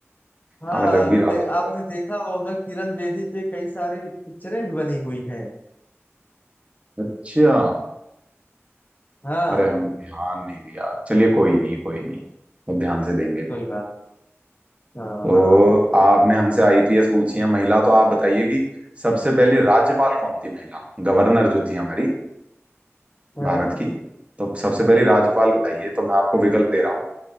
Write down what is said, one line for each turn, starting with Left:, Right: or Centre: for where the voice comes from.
Left: हाँ
Right: हमें लग भी रहा
Left: कई-
Right: था थोड़ा
Left: आपने देखा होगा किरण बेदी पे कई सारी पिक्चरें भी बनी हुई हैं
Right: सा अच्छा
Left: हाँ
Right: अरे हमने ध्यान नहीं दिया चलिए कोई नहीं कोई नहीं अब ध्यान से देंगे
Left: कोई बात हाँ
Right: तो
Left: हाँ
Right: आपने हमसे आईपीएस पूछी है महिला तो आप बताइए कि सबसे पहली राज्यपाल कौन थी महिला गवर्नर जो थी हमारी
Left: हाँ
Right: भारत की तो सबसे पहली राज्यपाल बताइए तो मैं आपको विकल्प दे रहा हूँ